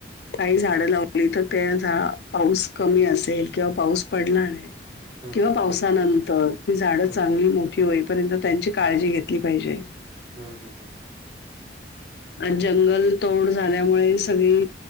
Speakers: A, on the left (about 65°); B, on the right (about 30°).
A: काही झाडं लावली तर त्या झा पाऊस कमी असेल किंवा पाऊस पडणार नाही
B: हं, हं,
A: किंवा पावसानंतर ती झाडं
B: हं,
A: चांगली मोठी होये पर्यंत त्यांची काळजी घेतली पाहिजे.
B: हम्म हम्म हम्म.
A: अ जंगल तोड झा झाल्यामुळे सगळी